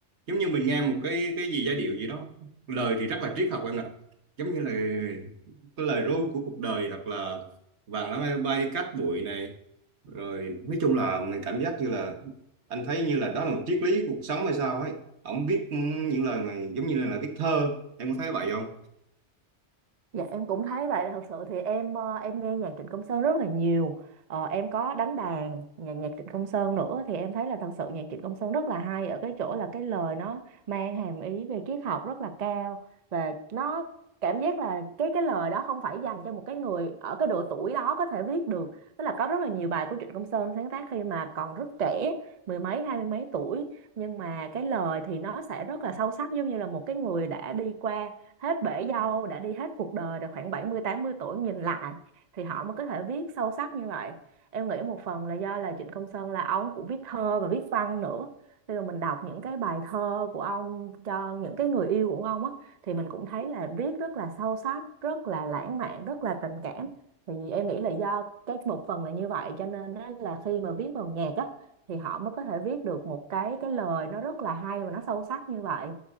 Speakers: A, on the right; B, on the right.
A: giống như mình nghe một cái cái gì giai điệu gì đó lời thì rất là triết học em ạ giống như là cái lời ru của cuộc đời hoặc là vàng lá bay bay cát bụi này rồi nói chung là mình cảm giác như là anh thấy như là đó là một triết lý cuộc sống hay sao ấy ổng viết những lời này giống như là viết thơ em có thấy vậy không
B: Dạ em cũng thấy vậy thật sự thì em ờ, em nghe nhạc Trịnh Công Sơn rất là nhiều ờ, em có đánh đàn nhạc nhạc Trịnh Công Sơn nữa thì em thấy là thật sự nhạc Trịnh Công Sơn rất là hay ở cái chỗ là cái lời nó mang hàm ý về triết học rất là cao và nó cảm giác là cái cái lời đó không phải dành cho một cái người ở cái độ tuổi đó có thể viết được tức là có rất là nhiều bài của Trịnh Công Sơn sáng tác khi mà còn rất trẻ mười mấy hai mươi mấy tuổi nhưng mà cái lời thì nó sẽ rất là sâu sắc giống như là một cái người đã đi qua hết bể dâu đã đi hết cuộc đời rồi khoảng bảy mươi tám mươi tuổi nhìn lại thì họ mới có thể viết sâu sắc như vậy em nghĩ một phần là do là Trịnh Công Sơn là ông cũng viết thơ và viết văn nữa khi mà mình đọc những cái bài thơ của ông cho những cái người yêu của ông á thì mình cũng thấy là viết rất là sâu sắc rất là lãng mạn rất là tình cảm thì em nghĩ là do cái một phần là như vậy cho nên á, là khi mà viết vào nhạc á thì họ mới có thể viết được một cái cái lời nó rất là hay và nó sâu sắc như vậy